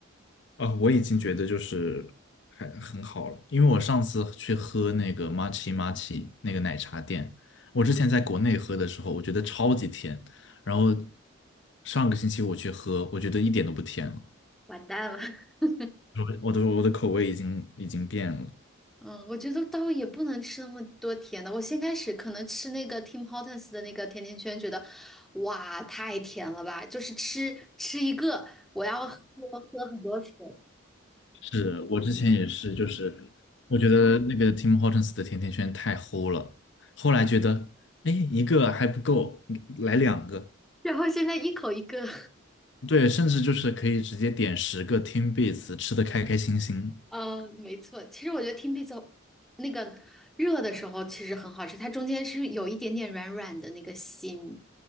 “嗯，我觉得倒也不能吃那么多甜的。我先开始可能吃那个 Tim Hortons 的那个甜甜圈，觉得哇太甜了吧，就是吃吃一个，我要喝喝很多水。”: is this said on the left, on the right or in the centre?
Centre